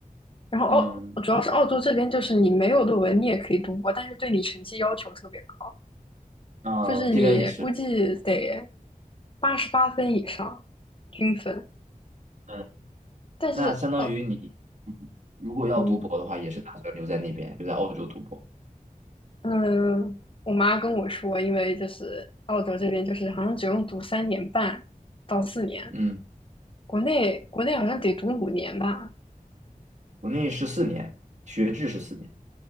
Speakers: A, on the left; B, on the right.
A: 然后澳主要是澳洲这边，
B: 嗯，
A: 就是你没有论文你也可以读博，但是对你成绩要求特别高。
B: 啊、
A: 就是你估计得
B: 这边也是。
A: 八十八分以上均分。
B: 嗯。
A: 但是，
B: 那相当于你嗯如果要读博的话，
A: 呃嗯
B: 也是打算留在那边，留在澳洲读博。
A: 嗯，我妈跟我说，因为就是澳洲这边就是好像只用读三年半到四年，
B: 嗯，
A: 国内国内好像得读五年吧。
B: 我内十四年，学制是四年。